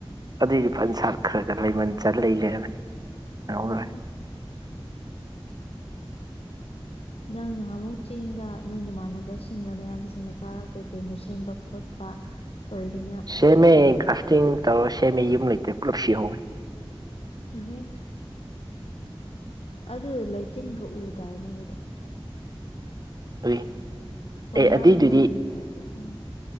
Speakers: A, on the right; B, on the left.
A: ꯑꯗꯨꯏꯗꯤ ꯄꯟꯁꯥꯠ ꯈꯔ ꯈ ꯂꯩꯃꯟ ꯆ ꯂꯩ ꯂꯩꯔꯝꯃꯦ
B: <unintelligible>
A: ꯅꯪꯍꯧꯔꯣꯏ
B: ꯅꯪ ꯅꯍꯥꯟꯃꯨꯛ ꯆꯤꯡꯗ ꯅꯣꯏ ꯅꯃꯥꯟꯅꯕꯁꯤꯡꯂ ꯅꯌꯥꯝꯕꯁꯤꯡꯂ ꯀꯥꯔ ꯀꯩꯀꯩꯅꯣ ꯁꯦꯝꯕ ꯈꯣꯠꯄ ꯇꯧꯔꯤꯗꯨꯅ
A: ꯁꯦꯝꯃꯦ
B: ꯀꯃꯥꯏ
A: <unintelligible> ꯇꯧꯔꯁꯦꯃꯤ ꯌꯨꯝ ꯂꯩꯇ ꯄꯨꯂꯞ ꯁꯤꯍꯧꯔꯦ꯫
B: <unintelligible> ꯑꯗꯨ ꯂꯩꯆꯤꯟꯒ ꯎꯗꯥꯥꯏ ꯅꯪꯒꯤꯗꯣ꯫
A: <unintelligible>
B: ꯐꯨꯅꯥꯟ
A: ꯑꯗꯨꯏꯗꯨꯗꯤ
B: ꯃꯥꯔꯤꯡ <unintelligible> <unintelligible>